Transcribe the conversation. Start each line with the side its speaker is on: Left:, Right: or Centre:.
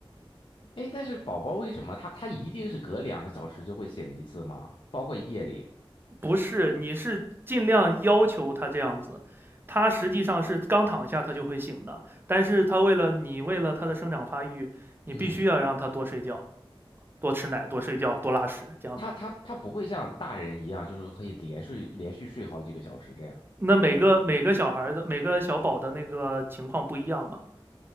Left: 哎，但是宝宝为什么他他一定是隔两个小时就会醒一次吗？包括夜里，
Right: 不是，你是尽量要求他这样子，他实际上是刚躺下他就会醒的，但是他为了你，为了他的生长发育，你必须要让他多睡觉、
Left: 嗯。
Right: 多吃奶、多睡觉、多拉屎这样子。
Left: 他他他不会像大人一样，就是可以连睡连续睡好几个小时这样。
Right: 那每个每个小孩的每个小宝的那个情况不一样嘛？